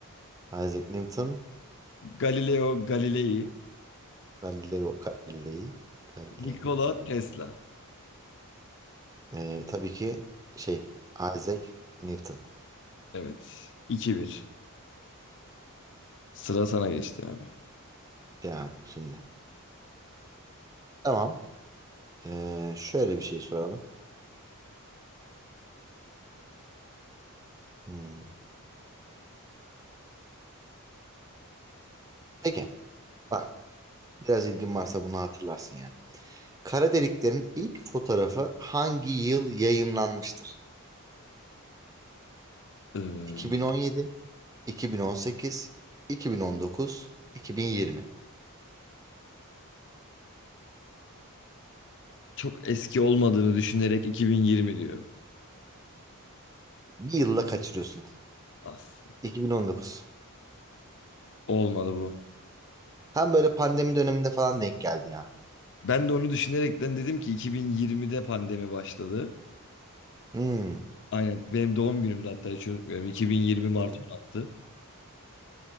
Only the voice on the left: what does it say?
Galileo Galilei,
Nikola
Tesla.
Evet. iki bir. Sıra sana geçti abi.
Ee,
çok eski olmadığını düşünerek 2020 diyorum.
As.
Olmadı bu.
Ben de onu düşünerekten dedim ki 2020'de pandemi başladı.
Aynen benim doğum günümde hatta hiç unutmuyorum. 2020 Mart
16.